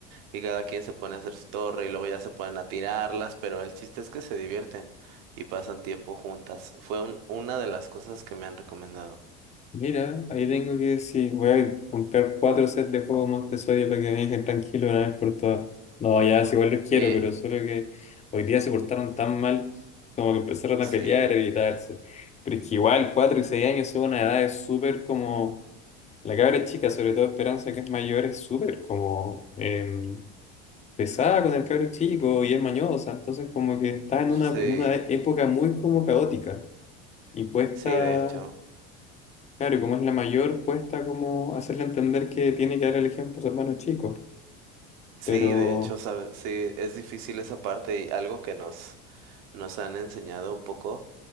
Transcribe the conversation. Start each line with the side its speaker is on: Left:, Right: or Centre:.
Right: y cada quien se pone a hacer su torre y luego ya se ponen a tirarlas, pero el chiste es que se divierten y pasan tiempo juntas. Fue un- una de las cosas que me han recomendado.
Left: Mira, ahí tengo que decir, voy a comprar cuatro sets de juegos más de Sodia para que me dejen tranquilo una vez por todas. No, ya, si igual los quiero,
Right: Sí,
Left: pero solo que hoy día se portaron tan mal como que empezaron a
Right: sí,
Left: pelear, a gritarse. Pero es que igual, cuatro y seis años son una edad súper como... La cabra es chica, sobre todo Esperanza, que es mayor, es súper como em, pesada con el cabro chico y es mañosa. Entonces como que está en
Right: sí,
Left: una, en una época muy como caótica y cuesta...
Right: sí, de hecho,
Left: Claro, y como es la mayor, cuesta como hacerle entender que tiene que dar el ejemplo a su hermano chico,
Right: sí,
Left: pero
Right: de hecho, sabes, sí, es difícil esa parte y algo que nos, nos han enseñado un poco